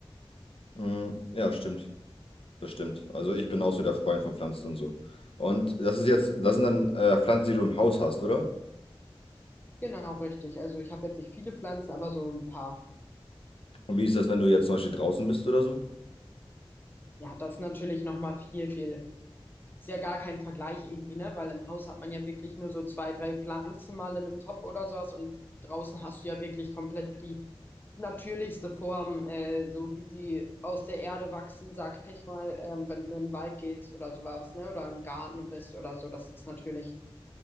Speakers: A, on the left; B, on the left.
A: Mm, ja, stimmt. Das stimmt. Also ich bin auch so der Freund von Pflanzen und so. Und das ist jetzt, das sind dann äh, Pflanzen, die du im Haus hast, oder?
B: Genau, richtig. Also, ich habe jetzt nicht viele Pflanzen, aber so ein paar.
A: Und wie ist das, wenn du jetzt zum Beispiel draußen bist oder so?
B: Ja, das ist natürlich nochmal viel, viel Ist ja gar kein Vergleich irgendwie, ne? Weil im Haus hat man ja wirklich nur so zwei, drei Pflanzen mal in einem Topf oder sowas und draußen hast du ja wirklich komplett die natürlichste Form, äh, so wie sie aus der Erde wachsen, sag ich mal, ähm, wenn du in den Wald gehst oder sowas, ne? Oder im Garten bist oder so. Das ist natürlich